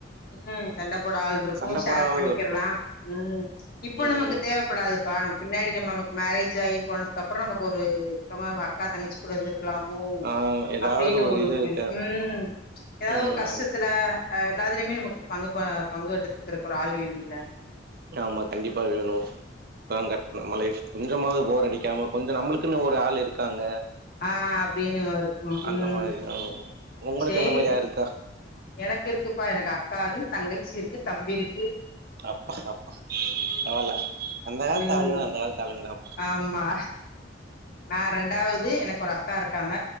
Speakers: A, on the left (about 55°); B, on the right (about 55°).
A: ம் சண்ட போடா எதுவு
B: சண்ட
A: ஷேர்
B: போடாவது
A: பண்ணிக்கிர்லா
B: ஒரு
A: ம் இப்போ
B: ம்
A: நமக்கு தேவப்படாதுப்பா நமக் பின்னாடி நம்ம முக் மேரேஜ் ஆயி போனதுக்கப்பறோ நமக்கு ஒரு ஒருத்தவங்க அக்கா தங்கிச்சிக்குட இந்திரு க்லாமோ
B: ஆ ஏதாவது
A: அப்டீன்னு ஒரு
B: இது
A: இருக்
B: தே
A: ம் எதாவது
B: ம்
A: ஒரு கஷ்டத் ஆ எல்லாதுலயுமே நமக்கு பங்கு போ பங்கு எடுத்துக்கிறக்கு ஒரு ஆள் வேணும்ல்ல
B: ஆமா கண்டிப்பா வேணு அப்பதாங்க நம்ம லைப் கொஞ்சமாவது போர் அடிக்காம கொஞ்ச நம்மளுக் குன்னு ஒரு ஆள் இருக்காங்க
A: ஆ அப்டீன்னு வருக்கு
B: அந்த
A: ம்
B: மாரி ம் உங்களுக்கு
A: சேரி
B: அந்த மாரி
A: நீ
B: யாரு இருக்கா
A: எனக்கு இருக்குப்பா எனக்கு அக்கா ஒன்னு தங்கச்சி இருக் கு தம்பி இருக்கு
B: அப்பா அப்பா பரவால்ல அந்த காலத்து
A: ம்
B: ஆளுங்கனா அந்த காலத்து ஆளுங்கதாப்பா
A: ஆமா நா ரெண்டாவது எனக் ஒரு அக் கா இருக்காங்க